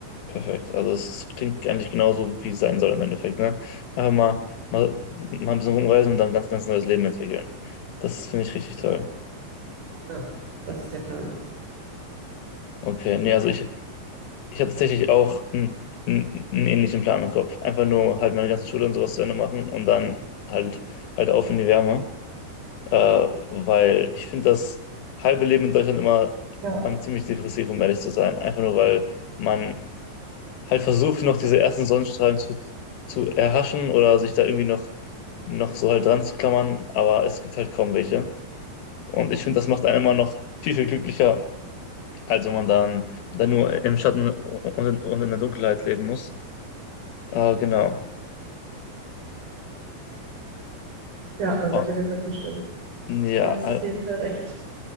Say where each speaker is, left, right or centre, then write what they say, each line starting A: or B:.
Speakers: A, on the left (about 75°); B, on the right (about 50°).
A: Perfekt. Also es klingt eigentlich genauso, wie es sein soll im Endeffekt, ne? Einfach mal, mal, mal ein bisschen rumreisen und dann ein ganz, ganz neues Leben entwickeln. Das finde ich richtig toll.
B: Ja. Das ist der Plan.
A: Okay, nee, also ich, ich hatte tatsächlich auch einen, einen, einen ähnlichen Plan im Kopf. Einfach nur halt meine ganze Schule und sowas zu Ende machen und dann halt, halt auf in die Wärme. äh, weil ich finde das halbe Leben in Deutschland immer
B: Ja,
A: ähm, ziemlich depressiv, um ehrlich zu sein. Einfach nur, weil man halt versucht, noch diese ersten Sonnenstrahlen zu, zu erhaschen oder sich da irgendwie noch, noch so halt dran zu klammern, aber es gibt halt kaum welche. Und ich finde, das macht einen immer noch viel, viel glücklicher, als wenn man dann, dann nur im Schatten und in, und in der Dunkelheit leben muss. Äh, genau.
B: ja, da würde
A: Ah,
B: ich auf jeden Fall zustimmen.
A: Ja,
B: Da hast du auf jeden Fall recht.